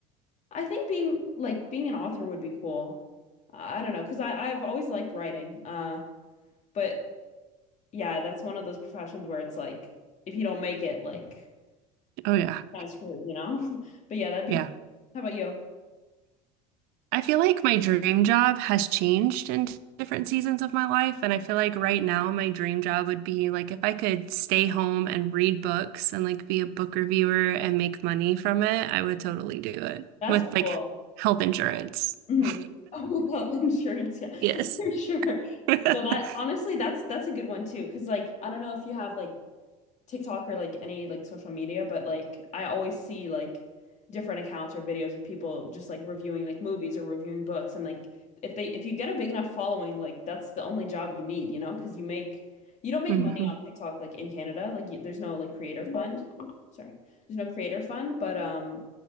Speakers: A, on the left; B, on the right.
A: I think being like being an author would be cool. I I don't know, because I I've always liked writing. Uh, but yeah, that's one of those professions where it's like if you don't make it, like
B: Oh, yeah.
A: kind of screwed, you know? <laughs> But yeah, that'd be
B: Yeah.
A: How about you?
B: I feel like my dream job has changed in different seasons of my life. And I feel like right now my dream job would be like if I could stay home and read books and like be a book reviewer and make money from it, I would totally do it
A: That's
B: with like
A: cool.
B: health insurance.
A: hmm
B: <laughs>
A: Oh, <laughs> health insurance, yeah, <laughs>
B: Yes.
A: for sure.
B: <laughs>
A: So that honestly, that's that's a good one too, because like I don't know if you have like TikTok or like any like social media, but like I always see like different accounts or videos of people just like reviewing like movies or reviewing books and like if they if you get a big enough following, like that's the only job you need, you know, because you make you don't make
B: hmm
A: money on TikTok like in Canada, like you, there's no like creator fund. Oop, sorry. There's no creator fund, but um